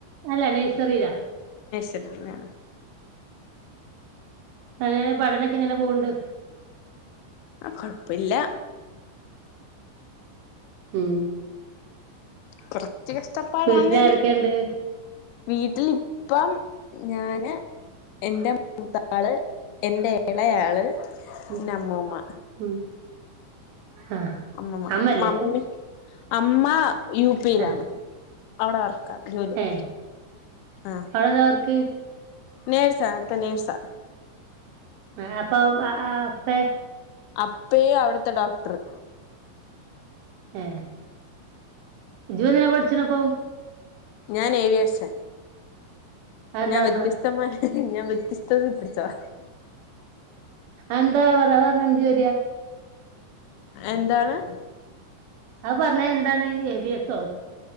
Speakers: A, on the right; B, on the left.
A: അല്ല നേഴ്സറീലാ.
B: നഴ്സറീലാ?
A: അങ്ങനെ പഠനൊക്കെ എങ്ങനെ പോവണ്ട്?
B: ആ കുഴപ്പില്ല.
A: ഉം
B: കുറച്ച് കഷ്ടപ്പാടാണേലും,
A: വീട്ടില് ആരൊക്കെണ്ട്?
B: വീട്ടിലിപ്പം ഞാന് എന്റെ മൂത്താള് എന്റെ എളയാള്
A: ഉം
B: പിന്നമ്മൂമ്മ.
A: ഉം ആഹ്
B: അമ്മൂമ്മ,
A: അമ്മല്ലേ
B: മമ്മി?
A: ഇപ്പം?
B: അമ്മ യു പിയിലാണ്
A: ആഹ്
B: അവിടെ വർക്ക് ക്കവിടെ ജോലിയ?
A: ഏഹ്
B: ആ.
A: അവടെന്താ വർക്ക്?
B: നേഴ്‌സാ അവിടുത്തെ നേഴ്സാ.
A: അ അപ്പൊ അ അ അപ്പേ?
B: അപ്പയും അവിടുത്തെ ഡോക്ടറ്.
A: ഏ ഇജ്ജു അതിനാ പഠിച്ചതപ്പൊ?
B: ഞാനേവിയേഷൻ.
A: അതെന്താ
B: ഞാൻ
A: പർഞ്ഞെ?
B: വ്യത്യസ്തമായി, ഞാൻ വ്യത്യസ്തത പിടിച്ചതാ.
A: എന്താ പറയാ, പറഞ്ഞ എന്ത് ജോല്യ?
B: എന്താണ്?
A: പറഞ്ഞ എന്താണ്, ഏവിയേസോ?